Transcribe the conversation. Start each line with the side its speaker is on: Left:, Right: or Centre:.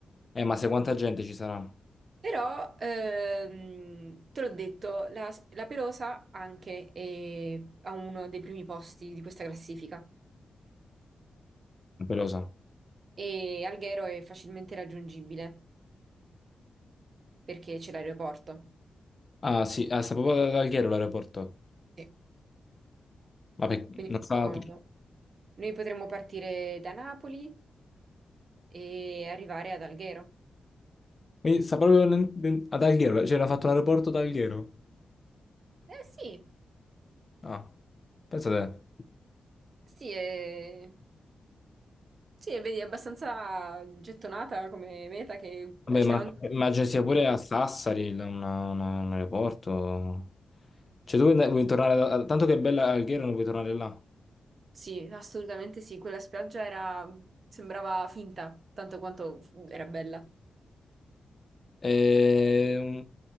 Left: Eh, ma se quanta gente ci sarà? Non
Right: Però, ehm, te l'ho detto, la, la Pelosa anche è a uno dei primi posti di questa classifica
Left: lo so.
Right: e Alghero è facilmente raggiungibile perché c'è l'aeroporto.
Left: Ah, sì, ah, sta proprio ad Alghero l'aeroporto.
Right: Sì.
Left: Ma per-
Right: Quindi
Left: non
Right: è molto
Left: sta...
Right: comodo. Noi potremmo partire da Napoli e arrivare ad Alghero.
Left: Quindi sta proprio nel- nel- ad Alghero, cioè hanno fatto l'aeroporto ad Alghero.
Right: Eh sì,
Left: Ah, pensa te.
Right: sì, è... Sì, e vedi, è abbastanza gettonata come meta che
Left: Vabbè,
Right: eh, c'è
Left: ma
Right: anche...
Left: immagino sia pure a Sassari il- una- una- un aeroporto. Cioè, tu vuoi vuoi tornare da- tanto che è bella Alghero, non vuoi tornare là.
Right: Sì, assolutamente sì, quella spiaggia era... sembrava finta, tanto quanto f- era bella.
Left: E un,